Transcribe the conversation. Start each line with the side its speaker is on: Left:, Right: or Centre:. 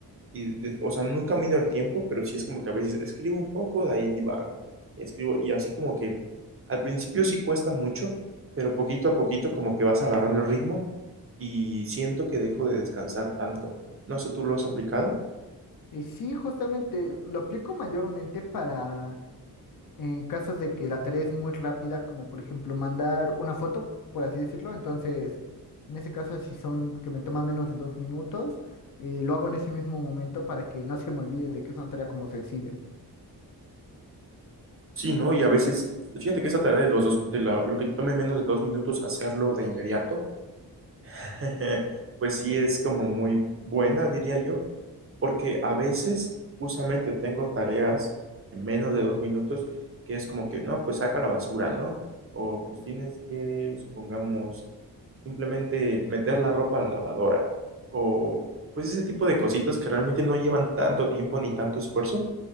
Right: y, de- o sea, nunca mido el tiempo, pero sí es como que a veces escribo un poco, de ahí divago. Escribo y así como que al principio sí cuesta mucho, pero poquito a poquito como que vas agarrando el ritmo y siento que dejo de descansar tanto. No sé, ¿tú lo has aplicado?
Left: Y sí, justamente lo aplico mayormente para en casos de que la tarea es muy rápida, como por ejemplo mandar una foto, por así decirlo. Entonces, en ese caso, si son que me toman menos de dos minutos, eh, lo hago en ese mismo momento para que no se me olvide de que es una tarea como sencilla.
Right: Sí, ¿no? Y a veces, fíjate que esa tarea de los dos, de la- lo que te tome menos de dos minutos, hacerlo de inmediato, <laughs> pues sí es como muy buena, diría yo, porque a veces justamente tengo tareas en menos de dos minutos que es como que, no, pues saca la basura, ¿no? O pues tienes que, supongamos, simplemente meter la ropa a la lavadora. O pues ese tipo de cositas que realmente no llevan tanto tiempo ni tanto esfuerzo,